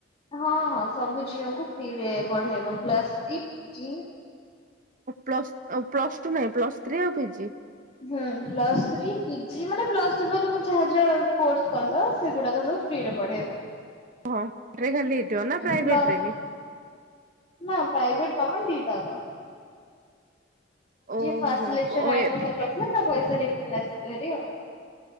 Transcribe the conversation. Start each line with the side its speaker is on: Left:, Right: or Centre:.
Left: ହଁ ହଁ ସବୁ ଝିଅଙ୍କୁ ଫ୍ରିରେ ପଢେଇବ plus three, PG.
Right: Plus plus two ନାଇଁ ପ୍ଲସ୍ ଥ୍ରୀ ଆଉ ପିଜି।
Left: ହୁଁ। ପ୍ଲସ୍ ଥ୍ରୀ ପିଜି ମାନେ ପ୍ଲସ୍ ଥ୍ରୀ ପରେ ତମେ ଯାହା ଯାହା କୋର୍ସ କଲ ସେଗୁଡାକ ସବୁ ଫ୍ରି ରେ ପଢେଇବ।
Right: ହଁ। <unintelligible> ନା ପ୍ରାଇଭେଟରେ
Left: ପ୍ଲ
Right: ବି।
Left: ନା ପ୍ରାଇଭେଟ ଗମେଣ୍ଟ ଦି ଟା ଯାକ।
Right: ଓହୋ
Left: ଫାଷ୍ଟ ସଲେକ୍ସନ
Right: ଓ
Left: ଆଡ୍ମିସନ
Right: ଏବେ
Left: କରିଥିଲେ ତା ପଇସା ରିଫଣ୍ଡ ଆସିବ <unintelligible> ଆଉ।